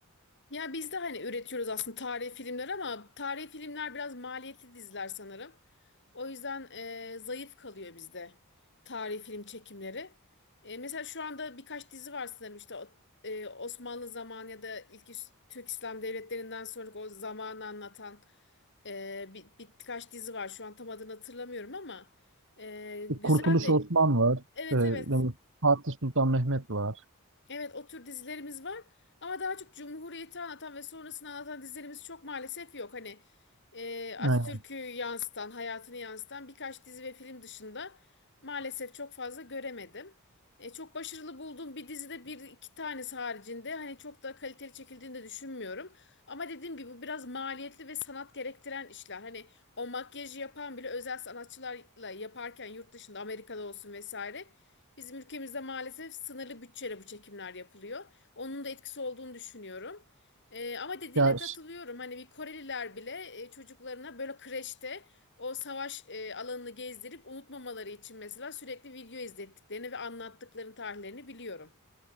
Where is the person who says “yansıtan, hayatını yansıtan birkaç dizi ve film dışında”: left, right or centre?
Left